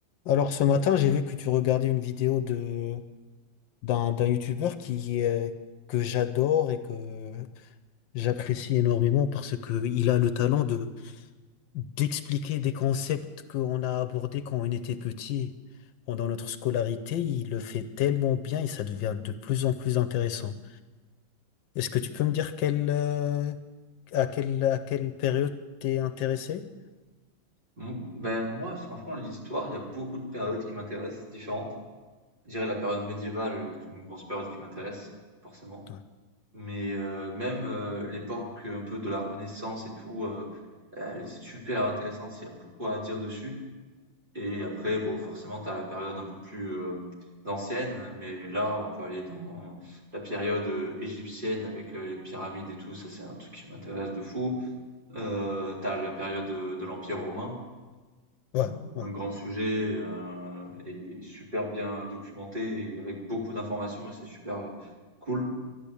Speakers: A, on the left (about 75°); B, on the right (about 25°).
A: Alors ce matin, j'ai vu que tu regardais une vidéo de d'un d'un youtubeur qui est que j'adore et que j'apprécie énormément parce que il a le talent de d'expliquer des concepts qu'on a abordés quand on était petit pendant notre scolarité. Il le fait tellement bien et ça devient de plus en plus intéressant. Est-ce que tu peux me dire quelle euh, à quelle à quelle période t'es intéressé?
B: Mmh, ben, moi, franchement, l'histoire, il y a beaucoup de périodes qui m'intéressent, différentes. Je dirais la période médiévale est une grosse période qui m'intéresse, forcément.
A: Ouais,
B: Mais euh, même euh, l'époque euh, un peu de la Renaissance et tout, euh, elle est super intéressante, il y a beaucoup à dire dessus. Et après, bon, forcément, t'as la période un peu plus euh, ancienne, mais là, on peut aller dans la période euh, égyptienne avec euh, les pyramides et tout, ça c'est un truc qui m'intéresse de fou. Euh, t'as la période de, de l'Empire romain
A: ouais,
B: un
A: ouais,
B: un grand sujet, heu et super bien documenté et avec beaucoup d'informations et c'est super, heu, cool